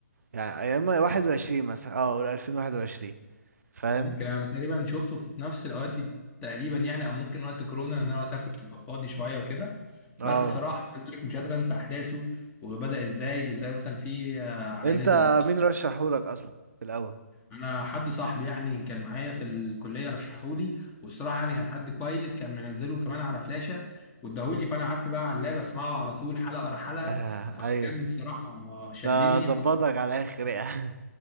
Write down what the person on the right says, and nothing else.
يعني ايام 21 مثلا اه ولا 2021 فاهم
اه
انت
مين رشحهولك اصلا في الاول
<laughs> آه
ايوه
ده ظبطك
على الاخر يعني